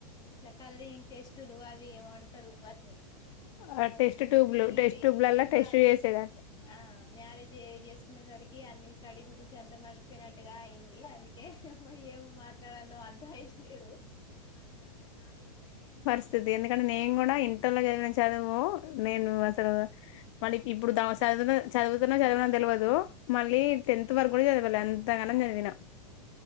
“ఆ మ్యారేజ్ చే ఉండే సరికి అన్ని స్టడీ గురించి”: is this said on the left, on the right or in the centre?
Left